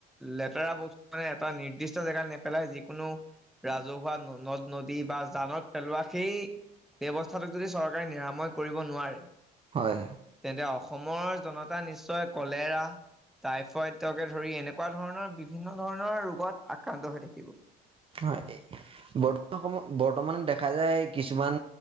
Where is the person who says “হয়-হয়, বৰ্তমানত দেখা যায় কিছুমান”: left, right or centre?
Right